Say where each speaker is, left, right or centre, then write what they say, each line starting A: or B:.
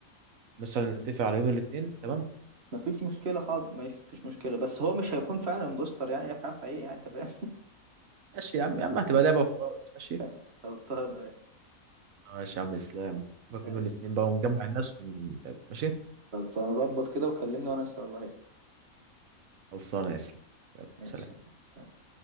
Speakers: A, on the right; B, on the right.
A: مثلا
B: ماشي.
A: نتفق على يوم الاثنين تمام
B: مفيش مشكلة حاضر ماشي مفيش مشكلة بس هو مش هيكون فعلا بوستر يعني هي حقيقي يعني انت فاهم
A: ماشي يا عم يا عم هتبقى لعبه وخلاص ماشي
B: <laughs> خلصانة ماشي
A: ماشي يا عم اسلام نشوفك
B: ماشي
A: يوم الاثنين بقى ونجمع الناس ون... ماشي
B: خلاص هنظبط كده وكلمني وانا ان شاء الله هيك
A: خلصانه يا اسلام يلا
B: ماشي
A: سلام
B: سلام.